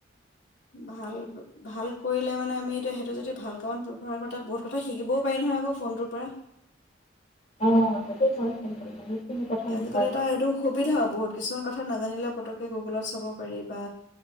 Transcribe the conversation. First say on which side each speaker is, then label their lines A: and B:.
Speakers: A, on the left; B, on the left.
A: ভাল ভাল কৰিলে মানে আমি এতিয়া সেইটো যদি ভাল কামত ব্যৱহাৰ কৰোঁ তাত বহুত কথা শিকিবও পাৰি নহয় আকৌ ফোনটোৰ পৰা।
B: অ সেইটো হয়। কথা
A: আজিকালি
B: শিকা
A: এটা, এইটো সুবিধা বহুত কিছুমান কথ থা নাজানিলে পতকে গুগ'লত চাব পাৰি বা